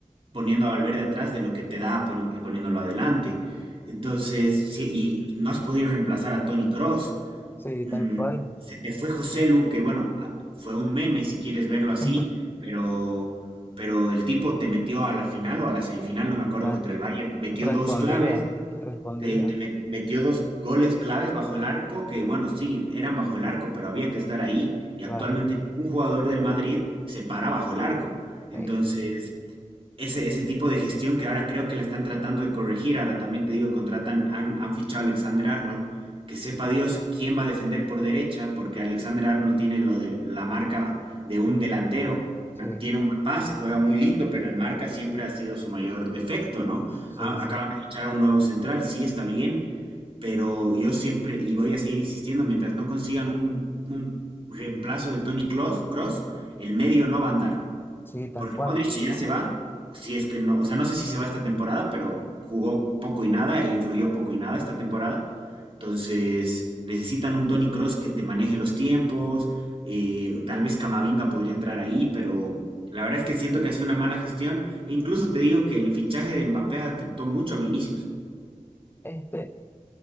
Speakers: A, on the right; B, on the left.
A: poniendo a Valverde atrás de lo que te da poni poniéndolo adelante. Entonces, sí, y no has podido reemplazar a Tony Cross
B: sí,
A: Mm,
B: tal cual.
A: se te fue José Lu, que bueno, a- fue un meme si quieres verlo así,
B: <laughs>
A: pero, pero el tipo te metió a la final o a la semifinal, no me acuerdo,
B: Claro,
A: contra el Bayern, metió
B: respondía,
A: dos claves,
B: respondía,
A: te, te met- metió dos goles claves bajo el arco, que bueno, sí, eran bajo el arco, pero había que estar ahí y actualmente
B: claro,
A: ningún jugador del Madrid se para bajo el arco. Entonces,
B: sí,
A: ese, ese tipo de gestión que ahora creo que la están tratando de corregir. Ahora también te digo, contratan, han, han fichado a Alexander Arnold, que sepa Dios quién va a defender por derecha, porque Alexander Arnold tiene lo de la marca de un delantero,
B: sí,
A: na- tiene un buen pase, juega muy lindo, pero en marca siempre ha sido su mayor defecto, ¿no?
B: sí.
A: A-
B: sí.
A: acaban de fichar a un nuevo central, sí está bien, pero yo siempre, y voy a seguir insistiendo, mientras no consigan un, un reemplazo de Tony Kroos, Kroos, el medio no va a andar.
B: Sí, tal
A: Porque
B: cual.
A: Modric ya se va, si es que no, o sea, no sé si se va esta temporada, pero jugó poco y nada e influyó poco y nada esta temporada. Entonces, necesitan un Tony Cross que te maneje los tiempos, eh, tal vez Camavinga podría entrar ahí, pero la verdad es que siento que hace una mala gestión e incluso te digo que el fichaje de Mbappé afectó mucho a Vinicius.
B: Este,